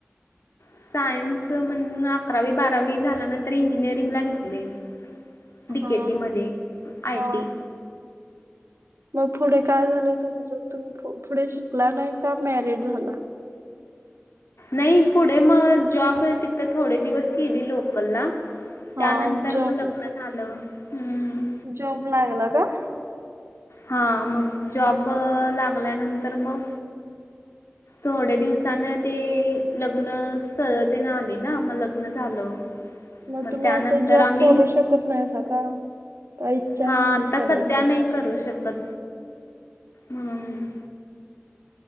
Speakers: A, on the left; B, on the right.
A: सायन्स म्हण अकरावी बारावी झाल्यानंतर इंजिनिअरिंगला घेतले डीकेटीमध्ये
B: हा
A: आयटी
B: हा. मग पुढे काय झालंय तुमचं तुम पुढे शिकला नाही का मॅरिड झाला
A: नाही पुढे मग जॉब तिथं थोडे दिवस केली लोकलला
B: हा
A: त्यानंतर
B: जॉब
A: मग लग्न झालं हम्म
B: जॉब लागला का <unintelligible>
A: हा मग जॉब लागल्यानंतर मग थोड्या दिवसान ते लग्न स्थळे आली ना मग लग्न झालं
B: मग तुम्ही
A: त्यानंतर
B: आता जॉब
A: आम्ही
B: करू शकत नाही स का काय इच्छा
A: हा
B: नाही
A: आता
B: करायची?
A: सध्या नाही करू शकत त हम